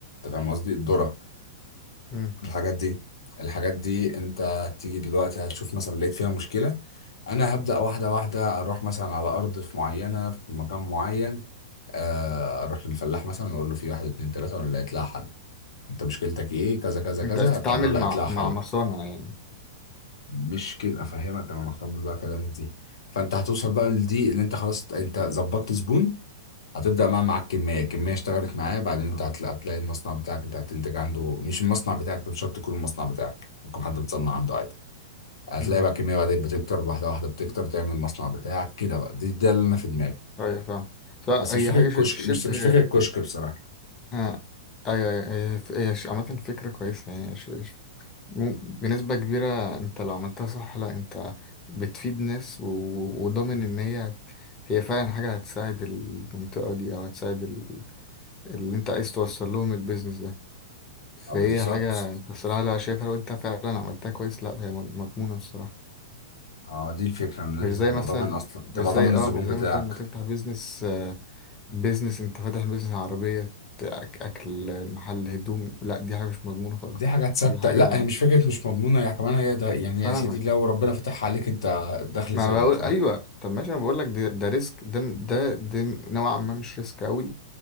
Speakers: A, on the left; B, on the left.
A: انت فاهم قصدي الذرة
B: مم.
A: الحاجات دي الحاجات دي انت هتيجي دلوقتي هتشوف مثلا لقيت فيها مشكلة انا هبدأ واحدة واحدة اروح مثلا على ارض في معينة في مكان معين آه، اروح للفلاح مثلا اقول له في واحد اتنين تلاتة وانا لقيت لها حل انت مشكلتك ايه كذا كذا كذا
B: انت عايز تتعامل
A: طب انا لقيت
B: مع
A: لها حل
B: مع مصانع يعني
A: مش كده افهمك انا مهتم بقى كلامك دي فانت هتوصل بقى لدي اللي انت خلاص انت ظبطت زبون هتبدا بقى معاك كميه كميه اشتغلت معاه بعدين انت هتلاقي, هتلاقي المصنع بتاعك انت هتنتج عنده مش المصنع بتاعك انت مش شرط يكون المصنع بتاعك ممكن حد بتصنع عنده عادي هتلاقي
B: امم
A: بقى كميه بعدين بتكتر واحده واحده بتكتر تعمل المصنع بتاعك كده بقى دي ده اللي انا في دماغي
B: ايوه فاهم لا
A: بس مش
B: هي
A: فاكر
B: حاجة
A: الكشك
B: ش- شبه
A: مش مش فاكر الكشك بصراحه
B: ها ايوه أيوة، هي هي هي عامة فكرة كويسة يعني ش- مم- بنسبة كبيرة انت لو عملتها صح لا انت بتفيد ناس و- و- وضامن ان هي هي فعلا حاجة هتساعد المنطقة دي او هتساعد ال- اللي انت عايز توصل لهم البيزنس ده فهي
A: اه بالظبط
B: حاجة انت الصراحة لا شايفها لو انت فعلا عملتها كويس لا هي مض- مضمونة الصراحة
A: اه دي الفكره ان انت
B: مش
A: تبقى
B: زي مثلا
A: ضامن اصلا
B: مش
A: تبقى
B: زي
A: ضامن الزبون
B: اه مش زي
A: بتاعك
B: مثلا ما تفتح بيزنس آه، بيزنس انت فاتح بيزنس عربية أك- اكل محل هدوم لا دي حاجة مش مضمونة خالص
A: دي حاجة تصدق
B: دي حاجة
A: لا هي مش فكرة مش مضمونة هي كمان هي ده يعني
B: فاهمك
A: يا سيدي لو ربنا فتحها عليك انت دخل
B: ما
A: ثابت
B: بقول
A: فاهم
B: ايوه طب ماشي انا بقول لك ده, ده ريسك ده ده ده نوعا ما مش ريسك قوي